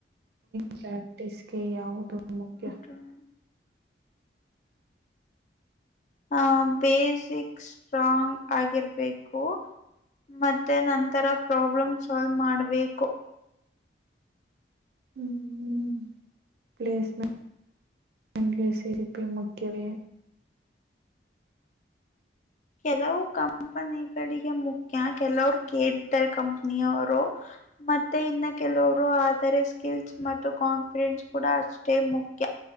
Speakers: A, on the right (about 60°); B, on the left (about 40°).
A: ಪ್ರ್ಯಾಕ್ಟಿಸ್ಗೆ ಯಾವುದು ಮುಖ್ಯ?
B: ಹಾ <unintelligible> ಆ ಬೇಸಿಕ್ ಸ್ಟ್ರಾಂಗ್ ಆಗಿರ್ಬೇಕು ಮತ್ತೆ ನನ್ ತರ ಪ್ರಾಬ್ಲಮ್ ಸಾಲ್ವ್ ಮಾಡ್ಬೇಕು.
A: ಹ್ಮ ಹ್ಮ್ ಪ್ಲೇಸ್ಮೆಂಟ್ಗೆ <unintelligible> ಸಿರಿಪಿ ಮುಖ್ಯವೇ?
B: ಕೆಲವು ಕಂಪನಿಗಳಿಗೆ ಮುಖ್ಯ ಕೆಲವ್ರು ಕೇಳ್ತಾರೆ ಕಂಪನಿಯವರು ಮತ್ತೆ ಇನ್ನ ಕೆಲವರು ಆದರೆ ಸ್ಕಿಲ್ಸ್ ಮತ್ತು ಕಾನ್ಫಿಡೆನ್ಸ್ ಕೂಡ ಅಷ್ಟೇ ಮುಖ್ಯ.